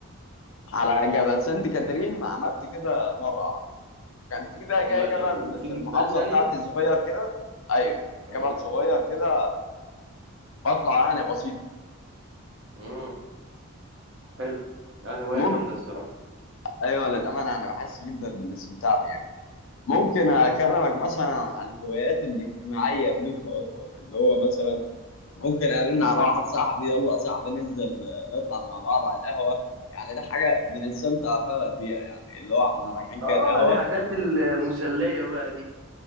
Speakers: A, on the left (about 65°); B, on the right (about 55°).
A: على جبل سانت كاترين ما عملت كده مرة واحدة وكان في بقى
B: والله
A: كده جبل
B: طب وفي
A: في
B: جبال
A: المحافظة
B: تانية
A: بتاعتي صغير كده أيوه
B: اه
A: جبل صغير كده بطلع انا بسيط
B: مم. حلو لا هواية
A: ممكن
B: جامدة الصراحة
A: ايوه للامانه انا بحس جدا بالاستمتاع فيها ممكن
B: مم.
A: اكلمك مثلا عن هواياتي الاجتماعيه بنسبه اكبر اللي هو مثلا ممكن ارن
B: مم.
A: على واحد صاحبي يلا يا صاحبي ننزل نطلع مع بعض على القهوه يعني ده حاجه بنستمتع فعلا بيها يعني اللي هو احنا رايحين كده
B: اه
A: القهوه
B: الحاجات المسلية بقى دي